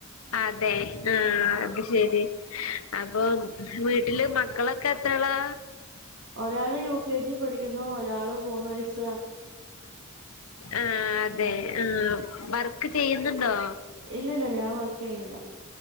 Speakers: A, on the left (about 85°); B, on the right (about 65°).
A: അതെ ആഹ്
B: ഉം
A: അത് ശരി അപ്പൊ വീട്ടില് മക്കളൊക്കെ എത്രാളാ
B: ഒരാള് യു കെ ജി പഠിക്കുന്നു ഒരാള് മൂന്ന് വയസ്
A: ആഹ് അതെ
B: ഉം
A: ആഹ് വർക്ക് ചെയ്യുന്നുണ്ടോ
B: ഇല്ല ഇല്ല ഞാൻ വർക്ക് ചെയ്യണില്ല